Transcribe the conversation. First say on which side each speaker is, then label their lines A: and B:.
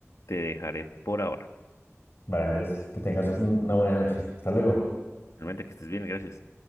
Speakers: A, on the left; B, on the left.
A: te dejaré por ahora.
B: Vale, Andrés, que tengas un- una buena noche. Hasta luego.
A: Realmente que estés bien, gracias.